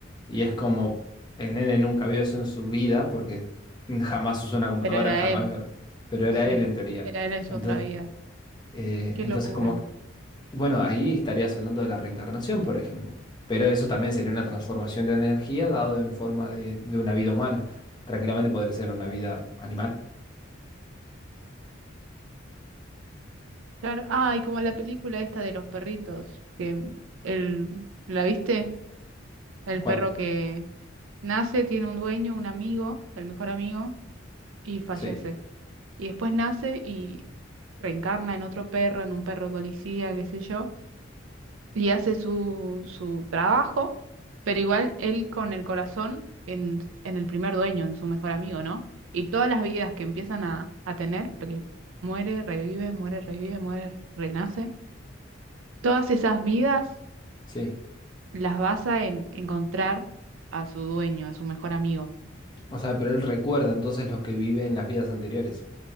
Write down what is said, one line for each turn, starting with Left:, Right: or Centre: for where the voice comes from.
Left: Y es como el nene nunca vio eso en su vida porque jamás usó una computadora,
Right: pero era
Left: jamás
Right: él,
Left: vio. Pero era
Right: sí,
Left: él en teoría.
Right: era él en su
Left: Entonces,
Right: otra vida.
Left: eh,
Right: Qué
Left: entonces
Right: locura.
Left: como bueno, ahí estarías hablando de la reencarnación, por ejemplo. Pero eso también sería una transformación de energía dado en forma de, de una vida humana. Tranquilamente podría ser una vida animal.
Right: Claro, ah, y como la película esta de los perritos, que el, ¿la viste? El
Left: ¿Cuál?
Right: perro que nace, tiene un dueño, un amigo, el mejor amigo, y fallece.
Left: Sí,
Right: Y después nace reencarna en otro perro, en un perro policía, qué sé yo, y hace su, su trabajo, pero igual él con el corazón en, en el primer dueño, en su mejor amigo, ¿no? Y todas las vidas que empiezan a, a tener, porque muere, revive, muere, revive, muere, renace, todas esas vidas
Left: sí.
Right: las basa en encontrar a su dueño, a su mejor amigo.
Left: O sea, pero él recuerda entonces lo que vive en las vidas anteriores.